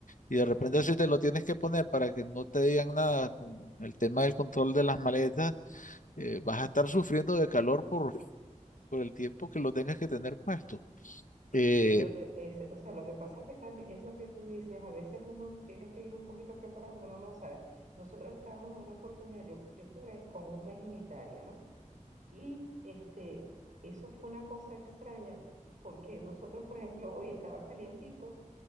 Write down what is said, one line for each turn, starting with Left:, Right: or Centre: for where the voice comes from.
Left: Y de
Right: claro.
Left: repente si te lo tienes que poner para que no te digan nada con el tema del control de las maletas, eh, vas a estar sufriendo de calor por, por el tiempo que lo tengas que tener puesto. Eh,
Right: Sí, lo, lo- es- o sea, lo que pasa es que también es lo que tú dices, a veces uno tiene que ir un poquito preparado porque uno no sabe. Nosotros estábamos en una oportunidad, yo, yo estuve como un mes en Italia, ¿no? Y este, eso fue una cosa extraña, porque nosotros, por ejemplo, hoy estaba calientico.